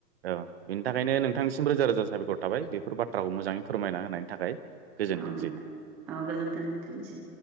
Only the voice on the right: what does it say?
औ बेनि थाखायनो नोंथांनिसिम रोजा रोजा साबायखर थाबाय बेफोर बाथ्राखौ मोजाङै फोरमायना होनायनि थाखाय गोजोनथोंसै।